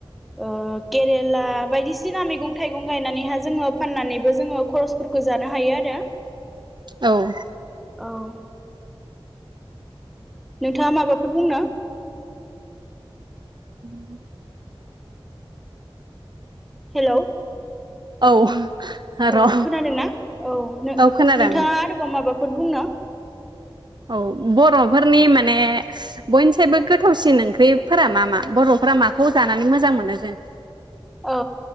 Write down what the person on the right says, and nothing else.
औ
<inaudible>
औ
र'
औ खोनादों
औ बरफोरनि माने बयनिसुबो गोथावसिन ओंख्रिफोरा मा मा बरफोरा माखौ जानानै मोजां मोनो जों